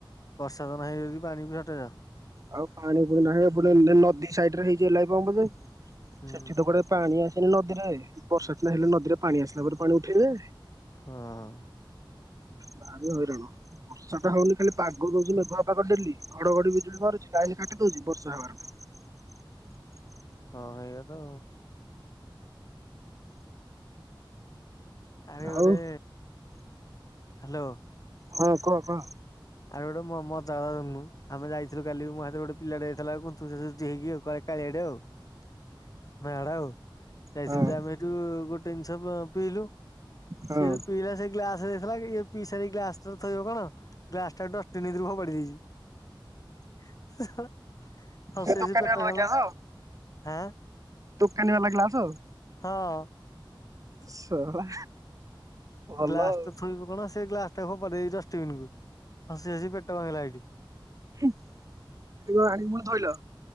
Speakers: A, on the left; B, on the right.
A: ବର୍ଷା ତ ନାହିଁ ବୋଲି ପାଣି ବି ସଟେଜ।
B: ଆଉ ପାଣି ପୁଣି ନାହିଁ ନଦୀ ସାଇଡରେ ହେଇ ଏଲାଇ ପମ୍ପ ଯେ।
A: ହୁଁ
B: ସେଠି ତ ଗୋଟେ ପାଣି ଆସ। ସେ ନଦୀରେ ବର୍ଷା ଦିନ ହେଲେ ନଦୀରେ ପାଣି ଆସିଲା ପରେ ପାଣି ଉଠେଇବେ।
A: ହଁ।
B: ଭାରି ହଇରାଣ ବର୍ଷା ଟା ହଉନି ଖାଲି ପାଗ ଦଉଛି, ମେଘୁଆ ପାଗ ଡେଲି ଘଡଘଡି ବିଜୁଳି ମାରୁଛି, ଲାଇନ କାଟି ଦଉଛି, ବର୍ଷା ହେବାର ନାହିଁ।
A: ହଁ ହେଇଆ ତ। ଆରେ ଗୋଟେ
B: ଆଉ
A: ହାଲୋ।
B: ହଁ କୁହ କୁହ।
A: ଆଉ ଗୋଟ ମ-ମ ତା ଆମେ ଯାଇଥିଲୁ କାଲି ମୁଁ ସାଥେ ଗୋଟେ ପିଲାଟେ ଯାଇଥିଲା <unintelligible> ହେଇକି କାଳିଆଟେ ଆଉ। <inaudible> ଆଉ ଯାଇଥିଲି
B: ହଁ
A: ଯେ ଆମେ ଏଇଠୁ ଗୋଟେ ଜିନିଷ ପିଇଲୁ
B: ହଁ।
A: ସିଏ ବି ପିଇଲା ସେ ଗ୍ଲାସ ଦେଇଥିଲା ପିଇ ସାରି ଗ୍ଲାସ ଥୋଇବ କଣ ଗ୍ଲାସଟା ଡଷ୍ଟବିନ୍ ଭିତରେ ଫୋପାଡି ଦେଇଛି। ହଉ
B: ଏ
A: ସେଇ
B: ଦୋକାନୀ
A: ଯ ପେଟ
B: ବାଲାର
A: କଲା
B: ଗ୍ୟାସ
A: ହଁ।
B: ଦୋକାନୀ ବାଲା ଗ୍ଲାସ ଆଉ।
A: ହଁ
B: ଶଳା। ଭଲ
A: ଗ୍ଲାସ୍
B: ଆଉ
A: ଟ ଥୋଇବୁ କଣ ସେ ଗ୍ଲାସ ଟା ଫୋପାଡ଼ି ଦେ ଏଇ ଡଷ୍ଟବିନ୍ କୁ। ହସି ହସି ପେଟ ଭାଙ୍ଗିଲା ଏଇଠି।
B: ହୁଁ ଏଠାକୁ ଆଣିି ପୁଣି ଧୋଇଲ?